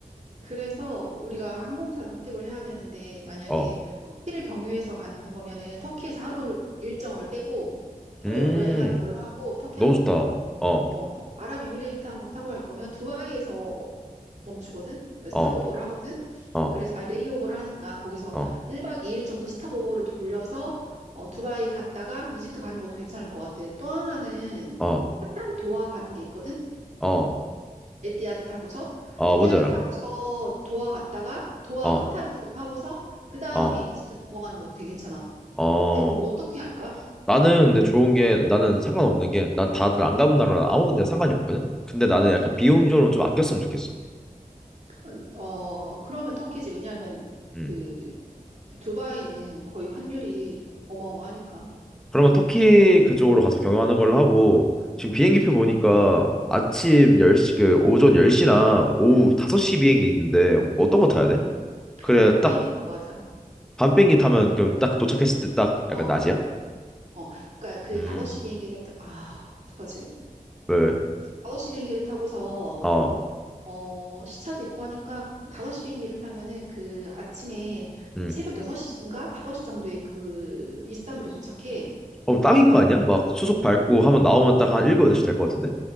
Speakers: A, on the right (about 50°); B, in the centre.
A: 그래서 우리가 항공사를 선택을 해야 되는데, 만약에
B: 어,
A: 터키를 경유해서 가는 거면은 터키에서 하루 일정을 빼고, 하루
B: 음,
A: 여, 행하는 걸로 하고, 터키
B: 너무
A: 항공
B: 좋다.
A: 타고,
B: 어,
A: 어, 그 아랍에미레이트 항공 타고 갈 거면 두바이에서 멈추거든? 스탑오버를
B: 어,
A: 하거든?
B: 어,
A: 그래서, 아, 레이오버를 하니까 거기서
B: 어,
A: 1박 2일 정도 스탑오버로 돌려서 어, 두바이 갔다가 이집트 가는 것도 괜찮을 것 같아. 또 하나는
B: 어,
A: 카타르 도하 가는 게 있거든?
B: 어,
A: 에티하드 타고서.
B: 어,
A: 에티하드
B: 뭔지 알아?
A: 타고서 도하 갔다가 도하
B: 어,
A: 카타르 구경하고서 그 다음에
B: 어,
A: 이집트 넘어가는 것도 되게 괜찮아.
B: 어.
A: 어때? 우리 어떻게 할까?
B: 나는 근데 좋은 게 나는 상관없는 게 난 다들 안 가본 나라 아무 데나 상관이 없거든. 근데 나는 약간
A: 음,
B: 비용적으로 좀 아꼈으면 좋겠어.
A: 음, 어, 그러면 터키지. 왜냐하면
B: 음.
A: 그 두바이는 거의 환율이 어마어마하니까.
B: 그러면 터키 그쪽으로 가서 경유하는 걸로 하고 지금 비행기표 보니까 아침 10시 그 오전 10시랑 오후 5시 비행기 있는데 뭐 어떤 거 타야 돼?
A: 응.
B: 그래
A: 밤 비행기
B: 딱
A: 타고 가자.
B: 밤비행기 타면 그럼 딱 도착했을 때 딱 약간
A: 어,
B: 낮이야?
A: 어. 그러니까 그
B: 음.
A: 5시 비행기를 타, 아, 어떡하지?
B: 왜? 왜?
A: 다섯 시 비행기를 타고서
B: 어.
A: 어, 시차도 있고 하니까 5시 비행기를 타면은 그 아침에
B: 음.
A: 새벽 6시인가 5시 정도에 그 이스탄불에 도착해.
B: 어 딱인 거 아니야? 막 수속 밟고 하면 나오면 딱 한 7, 8시 될 것 같은데?